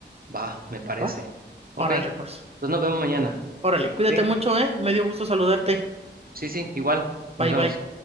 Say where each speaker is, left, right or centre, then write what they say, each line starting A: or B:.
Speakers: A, on the right (about 50°); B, on the right (about 35°).
A: Va, me parece.
B: ¿Va?
A: Ok.
B: Órale,
A: Entonces
B: pues.
A: nos vemos mañana.
B: Órale, cuídate
A: ¿Sí?
B: mucho, ¿eh? Me dio gusto saludarte.
A: Sí, sí, igual.
B: Bye,
A: Nos vemos.
B: bye.